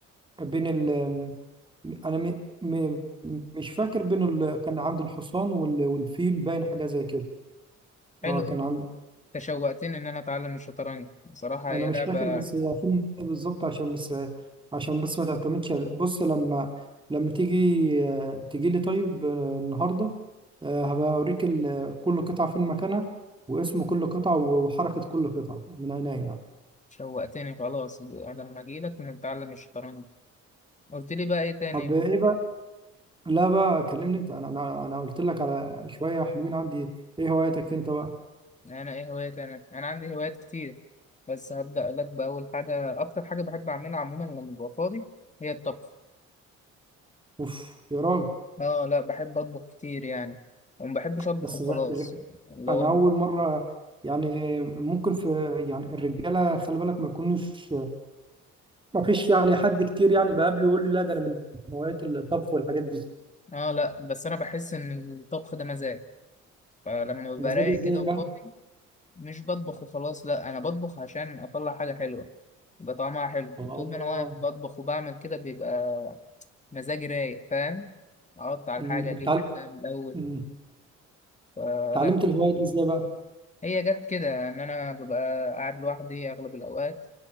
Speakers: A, on the right; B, on the left.
A: بين ال... انا م... م... مش فاكر بين ال... كان عند الحصان وال... والفيل باين حاجة زي كده
B: حلو
A: اه كان
B: أوي
A: عند
B: تشوقتني ان انا اتعلم الشطرنج بصراحة
A: انا
B: هي
A: مش
B: لعبة
A: فاكر بس هي فيلم إيه بالظبط عشان بس عشان بس ما تعتمدش بص لما لما تيجي تيجي لي طيب آه، النهارده آه، هبقى اوريك ال- كل قطعه فين مكانها واسم كل قطعه وحركه كل قطعه من عينيا يعني.
B: شوقتني خلاص انا لما اجيلك نتعلم الشطرنج قلت لي بقى ايه تاني
A: طب ايه بقى لا بقى كلمني انت انا انا انا قلت لك على شويه حلوين عندي ايه هواياتك انت بقى
B: انا ايه هوايات انا انا عندي هوايات كتير بس هبدأ لك بأول حاجة أكتر حاجة بحب أعملها عموما لما ببقى فاضي هي الطبخ
A: اوف يا راجل
B: آه لا بحب أطبخ كتير يعني وما بحبش أطبخ
A: بس غ-
B: خلاص اللي
A: انا
B: هو
A: اول مره يعني ممكن في يعني الرجاله خلي بالك ما يكونوش ما فيش يعني حد كتير يعني بقابله يقول لي لا ده انا من هواية الطبخ والحاجات دي
B: اه لا بس انا بحس ان الطبخ ده مزاج فلما ببقى
A: مزاج
B: رايق
A: ازاي
B: كده وفاضي
A: بقى
B: مش بطبخ وخلاص لا انا بطبخ عشان اطلع حاجه حلوه يبقى طعمها حلو
A: اه
B: وطول ما انا واقف بطبخ وبعمل كده بيبقى مزاجي رايق فاهم اقطع على
A: أمم،
B: الحاجه اجيب
A: بتعل...
B: الحاجه من الاول
A: أمم،
B: فلا
A: اتعلمت الهوايه دي ازاي بقى
B: هي جت كده ان انا ببقى قاعد لوحدي اغلب الاوقات